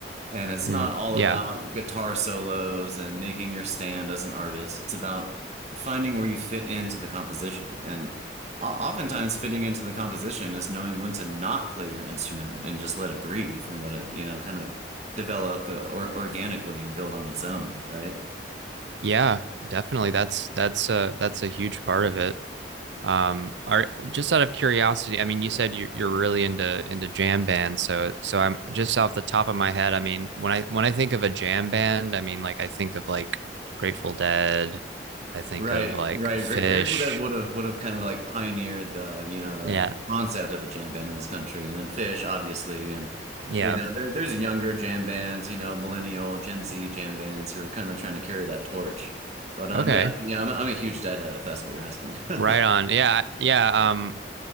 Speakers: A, on the right; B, on the right.
A: And it's
B: mm,
A: not all
B: yeah
A: about guitar solos and making your stand as an artist. It's about finding where you fit into the composition. And o- oftentimes fitting into the composition is knowing when to not play your instrument and just let it breathe and let it, you know, kind of develop uh, or organically and build on its own, right?
B: yeah definitely that's that's a that's a huge part of it Um, are just out of curiosity, I mean, you said you're, you're really into into jam bands, so so I'm just off the top of my head. I mean, when I when I think of a jam band, I mean, like I think of like Grateful Dead, I think
A: Right,
B: of like
A: right.
B: Fish.
A: Great, Grateful Dead would have would have kind of like pioneered the you know the,
B: Yeah,
A: the concept of a jam band in this country, and then Fish, obviously, and
B: yeah,
A: you know there there's younger jam bands, you know, millennial Gen Z jam bands who are kind of trying to carry that torch. But um,
B: okay,
A: yeah, yeah, I'm, a- I'm a huge Deadhead if that's what you're asking.
B: right
A: <laughs>
B: on. Yeah, yeah. Um,